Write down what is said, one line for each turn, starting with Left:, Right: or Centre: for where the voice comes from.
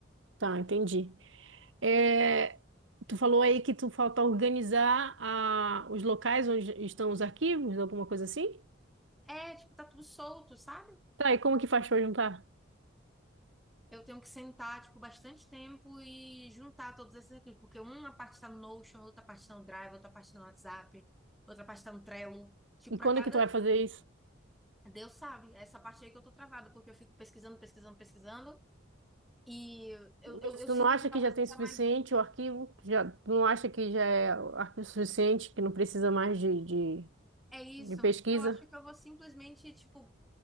Right: tá, entendi. É, tu falou aí que tu falta organizar a, os locais onde estão os arquivos, alguma coisa assim?
Centre: É, tipo, tá tudo solto, sabe?
Right: Tá, e como que faz pra juntar?
Centre: Eu tenho que sentar, tipo, bastante tempo e juntar todos esses recursos, porque uma parte tá no Notion, outra parte tá no Drive, outra parte tá no WhatsApp, outra parte tá no Trello. Tipo,
Right: E
Centre: para
Right: quando
Centre: cada
Right: é que tu vai fazer isso?
Centre: Deus sabe, é essa parte aí que eu tô travada, porque eu fico pesquisando, pesquisando, pesquisando, e eu, eu,
Right: Mas
Centre: eu
Right: tu
Centre: sinto
Right: não acha
Centre: que talvez
Right: que já tem
Centre: seja
Right: suficiente
Centre: mais útil.
Right: o arquivo? Já, tu não acha que já é arquivo suficiente, que não precisa mais de, de,
Centre: É isso,
Right: de pesquisa?
Centre: eu acho que eu vou simplesmente, tipo,